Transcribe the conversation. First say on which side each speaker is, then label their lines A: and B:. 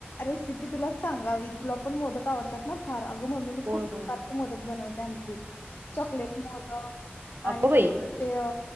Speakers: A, on the left; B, on the right.
A: रेसिपी तुला सांगावी तुला पण मोदक आवडतात ना फार. मम्मीने
B: होय
A: खूप प्रकारचे
B: होय
A: मोदक बनव ते आमची चॉकलेट मोदक आणि
B: अगो बाई
A: ख ते अ